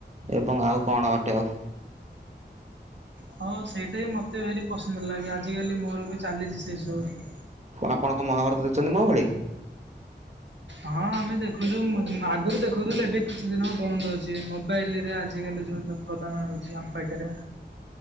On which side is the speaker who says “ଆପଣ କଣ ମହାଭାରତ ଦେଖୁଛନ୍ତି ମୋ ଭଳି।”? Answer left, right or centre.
Right